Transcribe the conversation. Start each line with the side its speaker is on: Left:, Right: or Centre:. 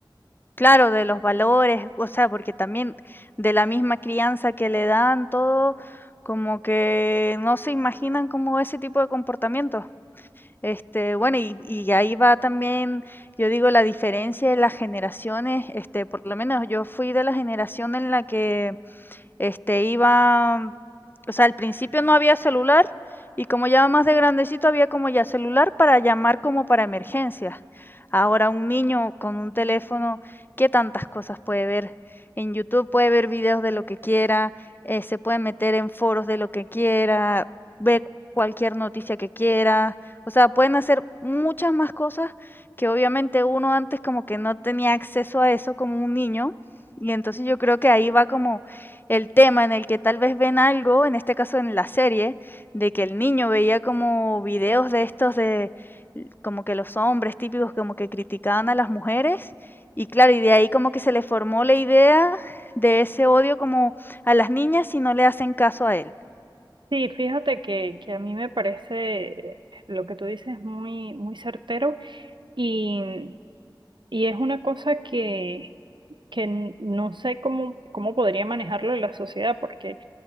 Left: Claro, de los valores, o sea, porque también de la misma crianza que le dan todo, como que no se imaginan como ese tipo de comportamientos. Este, bueno, y, y ahí va también, yo digo, la diferencia de las generaciones, este, por lo menos yo fui de la generación en la que este, iba, o sea, al principio no había celular y como ya más de grandecito había como ya celular para llamar como para emergencias. Ahora un niño con un teléfono, ¿qué tantas cosas puede ver? En YouTube puede ver videos de lo que quiera, eh, se puede meter en foros de lo que quiera, ve cualquier noticia que quiera, o sea, pueden hacer muchas más cosas que obviamente uno antes como que no tenía acceso a eso como un niño, y entonces yo creo que ahí va como el tema en el que tal vez ven algo, en este caso en la serie, de que el niño veía como videos de estos de como que los hombres típicos como que criticaban a las mujeres y claro, y de ahí como que se le formó la idea de ese odio como a las niñas si no le hacen caso a él.
Right: Sí, fíjate que, que a mí me parece lo que tú dices muy, muy certero y, y es una cosa que, que n- no sé cómo, cómo podría manejarlo la sociedad, porque